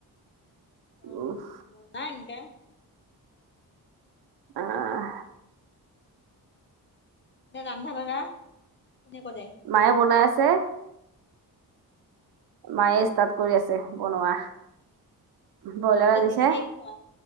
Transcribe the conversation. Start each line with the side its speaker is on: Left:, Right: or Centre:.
Left: ঘৰৰ
Right: উফ
Left: বস্তুবোৰ না এনকা
Right: আহ!
Left: এতিয়া ৰান্ধা বাঢ়া কোনে কৰে?
Right: মায়ে বনাই আছে। মায়ে ষ্টাৰ্ট কৰি আছে বনোৱা। ব্ৰইলাৰ
Left: এ
Right: আনিছে
Left: দিদিকেই খোৱা